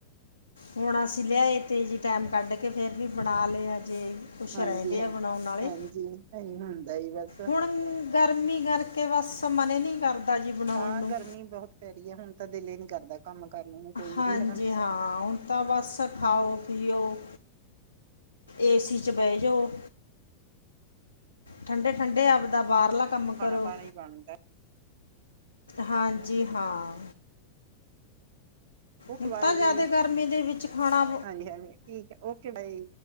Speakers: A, on the left; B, on the right.
A: ਹੁਣ ਅਸੀਂ ਲਿਆਏ ਤੇਜ਼ੀ ਟਾਈਮ, ਕੱਢ ਕੇ ਫਿਰ ਵੀ ਬਣਾ ਲਿਆ ਜੇ ਕੁੱਛ
B: ਹਾਂਜੀ
A: ਰਹਿੰਦੇ
B: ਹਾਂਜੀ
A: ਆ ਬਣਾਉਣ ਵਾਲੇ,
B: ਹਾਂਜੀ ਇਹੀ ਹੁੰਦਾ ਹੀ ਬਸ
A: ਹੁਣ ਗਰਮੀ ਕਰਕੇ ਬਸ ਮਨ ਨਈ ਕਰਦਾ ਜੀ ਬਣਾਉਣ
B: ਹਾਂ,
A: ਨੂੰ
B: ਗਰਮੀ ਬਹੁਤ ਪੈ ਰਹੀ ਹੈ। ਹੁਣ ਤਾਂ ਦਿਲ ਹੀ ਨੀ ਕਰਦਾ ਕੰਮ ਕਰਨ ਨੂੰ ਕੋਈ
A: ਹਾਂਜੀ
B: ਵੀ ਹਨਾ?
A: ਹਾਂ, ਹੁਣ ਤਾਂ ਬਸ ਖਾਓ- ਪੀਓ ਏਸੀ ਚ ਬਹਿ ਜਾਓ ਠੰਡੇ- ਠੰਡੇ ਆਪਦਾ ਬਾਹਰਲਾ ਕੰਮ
B: ਖਾਣਾ
A: ਕਰੋ
B: ਪਾਣਾ ਹੀ ਬਣਦਾ
A: ਹਾਂਜੀ ਹਾਂ।
B: ਓਕੇ
A: ਹੁਣ
B: ਬਾਏ,
A: ਤਾਂ ਜ਼ਿਆਦਾ ਗਰਮੀ ਦੇ ਵਿੱਚ ਖਾਣਾ
B: ਹਾਂਜੀ- ਹਾਂਜੀ ਠੀਕ ਹੈ, ਓਕੇ ਬਾਏ